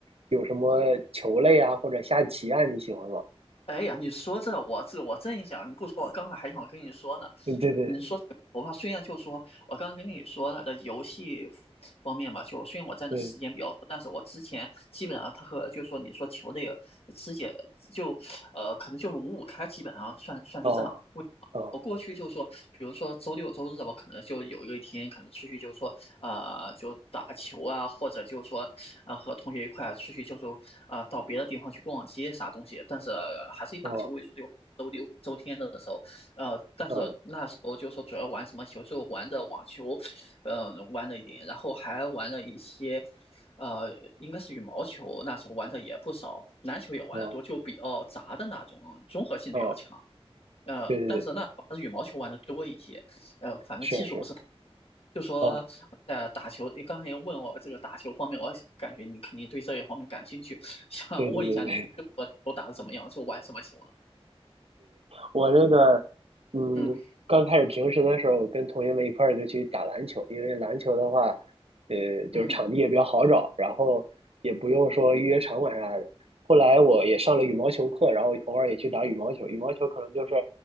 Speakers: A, on the right; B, on the left.
A: 有什么球类啊，或者下棋啊，你喜欢吗？
B: 哎呀，你说这我这我正想，你不说，我刚才还想跟你说呢。
A: 嗯，对对，
B: 呃你说我怕，虽然就说我刚刚跟你说了的游戏方方面吧，就虽然我占的时间比较多，
A: 对，
B: 但是我之前基本上他和就说你说球类肢解就呃可能就是五五开，基本上算算是这样。
A: 哦，
B: 为什么我过去就说，
A: 哦，
B: 比如说周六周日，吧，可能就有一个一天，可能出去就说，呃，就打球啊，或者就说啊，和同学一块出去就是啊，到别的地方去逛街啥东西，但是呃还是以打球为主，
A: 哦，
B: 就周六周天的时候，呃，但是那时候就说主要玩什么球，
A: 哦，
B: 就玩着网球，嗯、玩了一点，然后还玩了一些。呃，应该是羽毛球，那时候玩的也不少，篮球也玩的多，
A: 哦，
B: 就比较杂的那种，综合性比较强
A: 哦，
B: 呃，
A: 对对对，
B: 但是那还是羽毛球玩的多一些，呃，反正技术不是太，
A: 是是，
B: 就说呃打球，
A: 哦，
B: 你刚才也问我这个打球方面，我感觉你肯定对这一方面感兴趣，<laughs> 想问一下你，
A: 对对对对，
B: 就说球打的怎么样，就玩什么球呢？
A: 我那个，嗯，
B: 嗯
A: 刚开始平时的时候，跟同学们一块儿就去打篮球，因为篮球的话，呃，就是场地也比较好找，
B: 嗯
A: 然后也不用说预约场馆啥的。后来我也上了羽毛球课，然后偶尔也去打羽毛球。羽毛球可能就是，